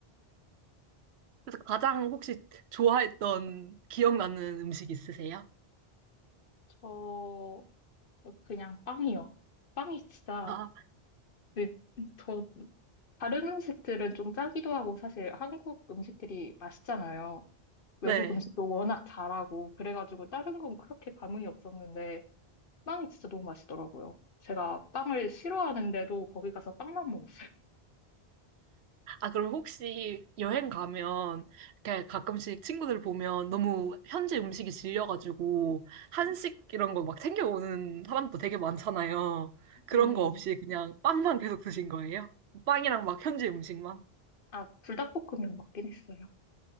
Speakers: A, on the right; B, on the left.
A: 그래서 가장 혹시 좋아했던 기억나는 음식 있으세요?
B: 저, 그냥 빵이요. 빵이 진짜,
A: 아,
B: 그- 저, 다른 음식들은 좀 짜기도 하고 사실 한국 음식들이 맛있잖아요.
A: 네.
B: 외국 음식도 워낙 잘하고, 그래가지고 다른 건 그렇게 감흥이 없었는데, 빵이 진짜 너무 맛있더라고요. 제가 빵을 싫어하는데도 거기 가서 빵만 먹었어요.
A: 아, 그럼 혹시 여행 가면 이렇게 가끔씩 친구들 보면 너무 현지 음식이 질려가지고 한식 이런 거 막 챙겨오는 사람도 되게 많잖아요.
B: <laughs>
A: 그런
B: 네네.
A: 거 없이 그냥 빵만 계속 드신 거예요? 빵이랑 막 현지 음식만?
B: 아, 불닭볶음면 먹긴 했어요.